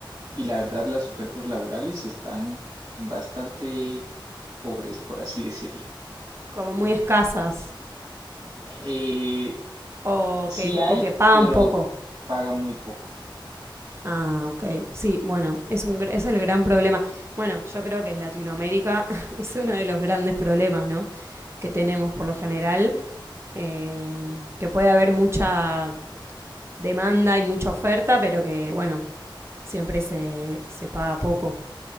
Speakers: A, on the right (about 50°); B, on the right (about 30°).
A: Y la verdad, las ofertas laborales están bastante pobres, por así decirlo.
B: como muy escasas
A: Eh,
B: o
A: sí
B: que,
A: hay,
B: o que pagan
A: pero
B: poco.
A: pagan muy poco.
B: Ah, ok. Sí, bueno, es, un, es el gran problema. Bueno, yo creo que en Latinoamérica <laughs> es uno de los grandes problemas, ¿no? Que tenemos por lo general, eh, que puede haber mucha demanda y mucha oferta, pero que, bueno, siempre se, se paga poco,